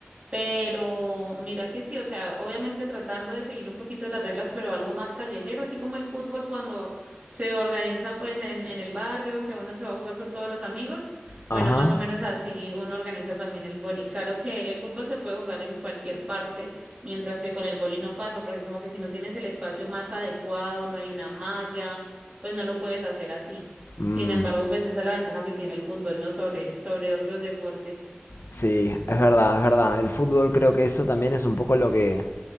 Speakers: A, on the right (about 25°); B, on the left (about 70°).
A: Pero mira que sí, o sea, obviamente tratando de seguir un poquito las reglas, pero algo más callejero, así como el fútbol cuando se organiza pues en, en el barrio, que uno se va a jugar con todos los amigos, bueno,
B: Ajá.
A: más o menos así uno organiza también el boli. Claro que el fútbol se puede jugar en cualquier parte, mientras que con el boli no pasa, porque como que si no tienes el espacio más adecuado, no hay una malla, pues no lo puedes hacer así.
B: Mm.
A: Sin embargo, pues esa es la ventaja que tiene el fútbol, ¿no? Sobre, sobre otros deportes.
B: Sí, es verdad, es verdad. El fútbol creo que eso también es un poco lo que